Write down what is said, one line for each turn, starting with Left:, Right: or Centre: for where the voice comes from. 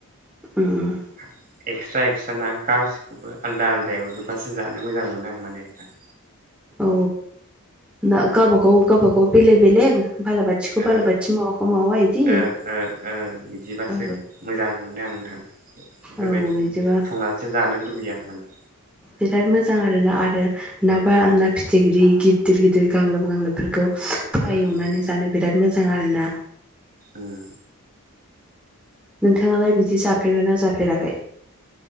Centre: उम
Right: ह एक्सट्रा एक्सट्रा ना गासिखौबो आलादा आलादा एवजोबबासो जानो मोजां मोनो आं माने नोंथां
Centre: अ ना गावबा गाव गावबा गाव बेलेग बेलेग बालाबाथिखौ बालाबाथि
Right: ओ
Centre: मावाखौ मावा इदि
Right: ओ ओ ओ बिदिबासो
Centre: ओ
Right: मोजां मोनो आं नोंथां बेफोरबायदि
Centre: औ बिदिबा
Right: संनानैसो जानो लुुबैयो आं माने
Centre: बिराद मोजां आरोना आरो ना बा ना फिथिगिरि गिदिर गिदिर गांलब गांलाब बे फ्राय
Right: उम
Centre: एवनानै जानो बिराद मोजां आरोना
Right: उम
Centre: नोंथाङालाय बिदि जाफेरगोन ना जाफेराखै